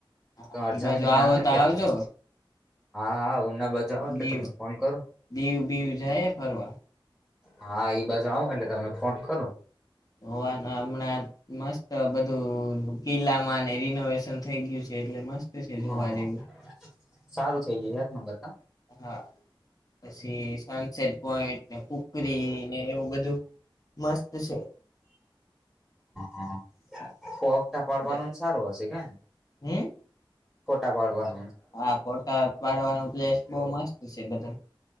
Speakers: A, on the left; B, in the centre.
A: હા
B: તમાર
A: એ
B: જમીન
A: બાજુ
B: ના
A: આવો
B: હ ને ત્યાં
A: આવજો
B: તો. હા હા ઉના બાજુ આવુ એટલે
A: દીવ
B: તમને ફોન કરુ.
A: દીવ બીવ જાય ફરવા
B: હા ઈ બાજુ આવ એટલે તમને ફોન કરુ.
A: <unintelligible> હમણા મસ્ત બધું કિલ્લામાં ને રિનોવેશ ન થઈ ગયું છે, એટલે મસ્ત છે, જોવા
B: હા
A: જેવું.
B: સારું છે <unintelligible>
A: હા પછી સનસેટ પોઈન્ટને ખબ કરીને એવું બધું મસ્ત સે.
B: <inaudible> પોગટા પાડવાનું
A: છે.
B: સારું હશે કેન
A: હમ
B: ફોટા પાડવાન
A: હા ફોટા પાડવાનું પ્લેસ બહુ મસ્ત છે બધ